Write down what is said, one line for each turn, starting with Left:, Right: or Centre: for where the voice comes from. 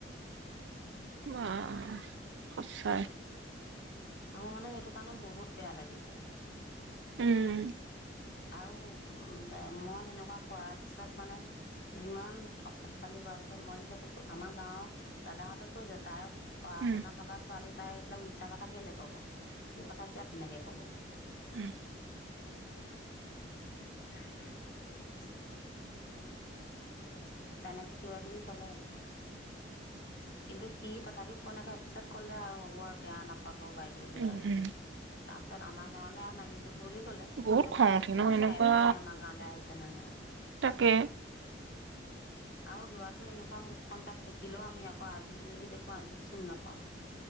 Right: অহ সঁচাই।
Left: মোৰ মানে সেইটো কাৰণে বহুত বেয়া লাগিলে।
Right: উম।
Left: আৰু উ মই হেনেকুৱা কৰাৰ পিছত মানে যিমান অসভালি কৰাৰ পিছত মই যেতিয়া কৈছো আমাৰ গাঁৱৰ দাদাহঁতে কৈছে তাই পঢ়া
Right: উম
Left: শুনা থকা ছোৱালী। টাই মিছা কথা কেলে ক'ব এই কথা কিয় তেনেকে কব। উম।
Right: উম
Left: <unintelligible> তেনেকে কিবা কিবি ক'লে। কিন্তু সি তাত তথাপি শৈ নাকে পিছত ক'লে আৰু হ'ব আৰু বেয়া নাপাব হ'ব বাইদেউ কিবা
Right: উম
Left: কিবি
Right: উম
Left: তাৰপিছত আমাৰ গাঁৱলৈ আৰু নাহিবো বুলি ক'লে
Right: বহুত
Left: কিন্তু
Right: খং
Left: তাকনো
Right: উঠে
Left: কোনে
Right: ন এনেকুৱা
Left: চাই আছে সি আমাৰ গাঁৱলৈ আহিছে নে নাই
Right: তাকে
Left: আৰু লৰাটো এনেকুৱা মুখখন তাক দেখিলেও আমি আকৌ আজি যদি দেখো আজিও চিনি নাপাওঁ